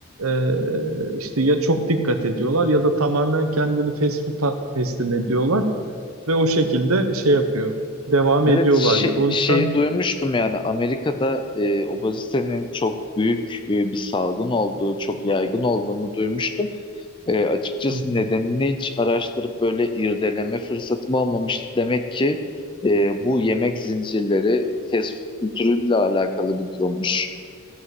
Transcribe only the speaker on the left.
Evet
şey,
şeyi
duymuştum yani Amerika'da e, obezitenin çok büyük e, bir salgın olduğu çok yaygın olduğunu duymuştum. E, açıkçası
nedenini hiç araştırıp böyle irdeleme fırsatım olmamıştı. Demek ki e, bu yemek zincirleri fast food kültürüyle alakalı bir durummuş.